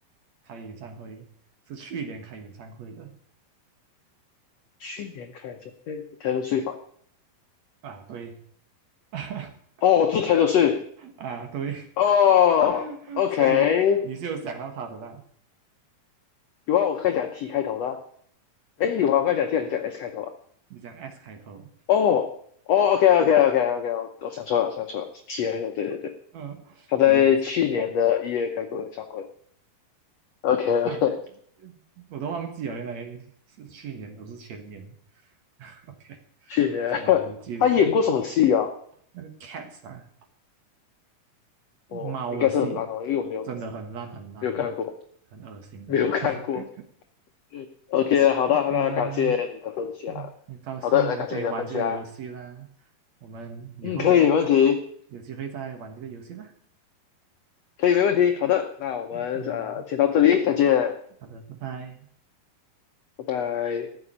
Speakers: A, on the right; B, on the left.
A: 开演唱会，是去年开演唱会的
B: 去年开演唱会 Taylor Swift 啊
A: 啊，对，<laughs>
B: 哦，是 Taylor Swift
A: 啊对，
B: 哦，OK，
A: <laughs> 所以你是有想到他的啦。
B: 有啊，我刚才讲 T 开头的啊，诶，有啊，我刚才讲 T 还是讲 S 开头啊？
A: 你讲 S 开头，
B: 哦哦，OK OK OK OK，我我想错了，想错了，T 开头，对对对。
A: 嗯、
B: 他在去年的一月开过演唱会。
A: 我也
B: OK OK，
A: 啊，我都忘记了，原来是去年，不是前年。<laughs> OK，
B: 去年
A: 看到了也记错了。
B: <laughs> 他演过什么戏啊？
A: 那个 Cats 啊，猫的戏
B: 哦，应该是很烂哦，因为我没有
A: 真的很烂很烂的，
B: 没有看过，
A: 很恶心的。
B: 没有看过。
A: OK。
B: 嗯 OK，<laughs> 好的那感谢你的分享。
A: OK 啦，嗯，很高兴能够跟你玩这个游戏啦，
B: 好的，那感谢你的分享。
A: 我们以后
B: 嗯，可以，没问题，
A: 有机会再玩这个游戏啦。
B: 可以，没问题。好的，那我们呃，
A: 嗯，
B: 先到这里，再见，
A: 好的，拜拜。
B: 拜拜。